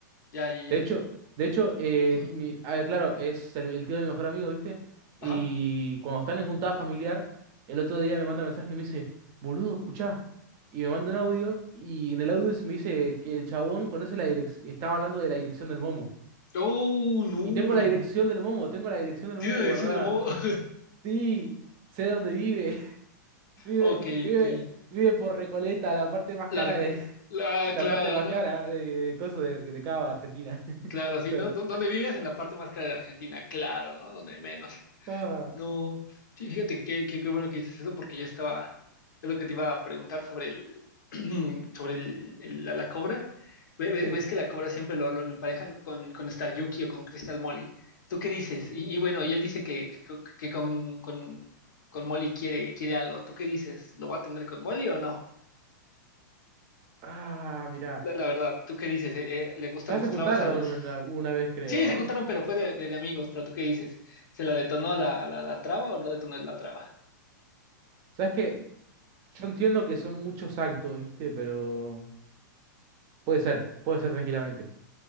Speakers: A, on the left; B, on the right.
A: ya, ya, ya.
B: De hecho, de hecho eh,
A: Ujú.
B: mi- ah, claro, es el, el tío de mi mejor amigo, ¿viste? Y
A: Ajá.
B: cuando están en juntada familiar, el otro día me manda mensaje y me dice, boludo, escuchá. Y me manda un audio y en el audio me dice que el chabón conoce la dirección, estaba hablando de la dirección del Momo.
A: Oh, no,
B: Y tengo
A: hermano.
B: la dirección del Momo, tengo la dirección del
A: Tiene
B: Momo
A: la adicción
B: guardada.
A: al modo. <laughs>
B: Sí, sé dónde vive. <laughs> Vive,
A: Ok,
B: vive,
A: ok.
B: vive por Recoleta, la parte más
A: La,
B: cara
A: rec-
B: de, <laughs>
A: la-
B: la
A: claro,
B: parte más
A: ¿no?
B: cara de, de coso de, de Cava, Argentina. <laughs> Hijo
A: Claro, sí, ¿no?
B: de puta.
A: ¿Dó- ¿Dónde vives? En la parte más cara de Argentina, claro, ¿no? Donde menos.
B: Ah,
A: No, sí, fíjate que qué qué bueno que dices eso porque yo estaba, es lo que te iba a preguntar sobre el, <clears throat> sobre el, el- la, la cobra. Ve- ve-
B: sí,
A: ¿Ves, que la cobra siempre lo, lo emparejan con, con Star Yuki o con Crystal Molly? ¿Tú qué dices?
B: sí.
A: Y, y bueno, y él dice que, que, que con, con, con Molly quiere, quiere algo. ¿Tú qué dices? ¿Lo va a tener con Molly o no?
B: Ah, mirá.
A: La, la verdad, ¿tú qué dices? Eh, eh, ¿le gustan
B: Ya
A: los
B: se juntaron
A: trabas al...?
B: una, una vez, creo.
A: Sí, se juntaron, pero fue de, de, de amigos, pero ¿tú qué dices? ¿Se la detonó a la, a la, la traba o no detonó la traba?
B: ¿Sabes qué? Yo entiendo que son muchos actos, ¿viste? Pero puede ser, puede ser tranquilamente.